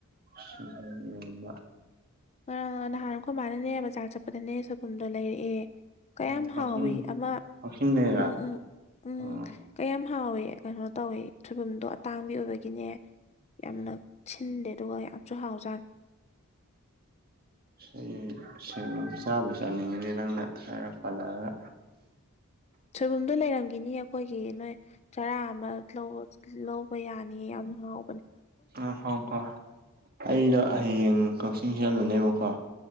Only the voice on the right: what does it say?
ꯁꯣꯏꯕꯨꯝ ꯏꯔꯣꯟꯕ
ꯎꯝ ꯀꯛꯆꯤꯡ
ꯀꯛꯆꯤꯡꯗꯩꯔꯥ
ꯑꯣ
ꯎꯝ
ꯁꯤꯟ ꯁꯤꯟ ꯆꯥꯕꯨ ꯆꯥꯅꯤꯡꯉꯤꯅꯦ ꯅꯪꯅ ꯍꯥꯏꯔꯛ ꯄꯜꯂꯛꯑꯒ
ꯑꯥ ꯍꯥꯎ ꯀꯣ ꯑꯩꯗꯣ ꯍꯌꯦꯡ ꯀꯛꯆꯤꯡ ꯆꯜꯂꯨꯅꯦꯕꯀꯣ